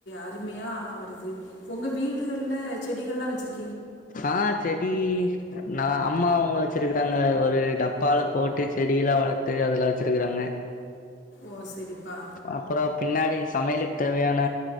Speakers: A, on the left; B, on the left.
A: அருமையா வருது உங்க வீடுக ல்ல செடிகள்ல்லா வச்சிருக்
B: ஆ செடி நா அம்மா உங்க சிருக்கறாங்க ஒரு டப்பால போட்டு செடியெல்லா வளத்து அதுல வச்சிருக்கறாங்க
A: ஓ சரிப்பா
B: அப்றோ பின்னாடி சமையல்க்கு தேவையான